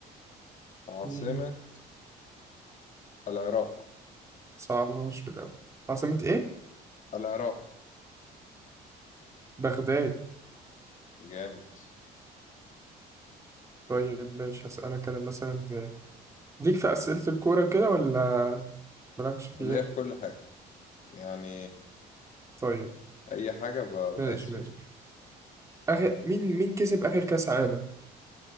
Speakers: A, on the left; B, on the right.
A: عاصمة
B: مم.
A: العراق
B: صعبهاش في الأول عاصمة إيه؟
A: العراق
B: بغداد
A: جامد
B: طيب ماشي هسألك أنا مثلا ليك في أسئلة الكورة كده ولا مالكش فيها؟
A: اللي هي في كل حاجة يعني
B: طيب
A: اي حاجة ب-
B: ماشي
A: بدايس فيها
B: ماشي آخر مين مين كسب آخر كأس عالم